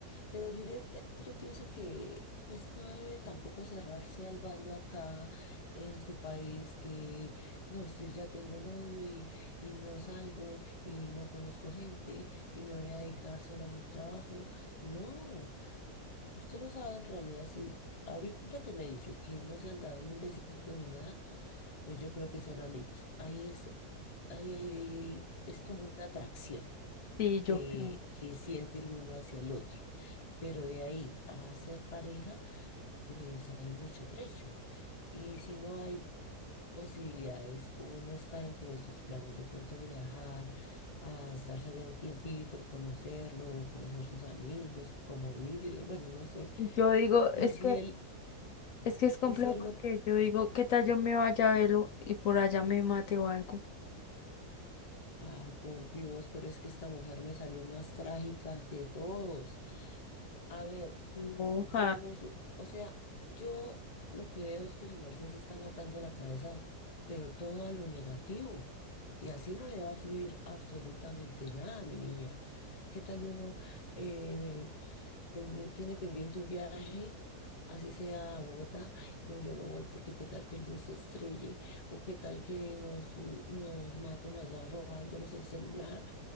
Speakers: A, on the left (about 35°); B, on the left (about 60°).
A: Pero Juliet, yo pienso que pues no debe tampoco cerrarse al bando acá en su país, que no, yo ya tengo novio y, y no salgo y no conozco gente y me voy a dedicar solo a mi trabajo. No, usted no sabe en realidad si ahorita que me dice que no se han dado ni un besito ni nada pues yo creo que son amigos. Ahí es, ahí, ahí es como una atracción
B: Sí,
A: que,
B: yo creo.
A: que siente el uno hacia el otro. Pero de ahí a ser pareja, pues hay mucho trecho. Y si no hay posibilidades o no está dentro de sus planes de pronto viajar, a estarse allá un tiempito, conocerlo, conocer sus amigos, cómo vive, bueno, no sé.
B: Y yo digo,
A: Y
B: es
A: si
B: que,
A: él,
B: es que es complejo
A: y si él
B: porque
A: no
B: yo digo, ¿qué tal yo me vaya a verlo y por allá me mate o algo?
A: Ay, por Dios, pero es que esta mujer me salió más trágica que todos. A ver,
B: No,
A: ¿cómo?
B: ja.
A: su- O sea, yo lo que veo es que su merced se está matando la cabeza, pero todo a lo negativo. Y así no le va a fluir absolutamente nada, mi niña. ¿Qué tal uno eh, ten- tiene pendiente un viaje? Así sea a Bogotá, "Ay, no, yo no voy porque qué tal que el bus se estrelle o qué tal que nos, nos maten allá robándonos el celular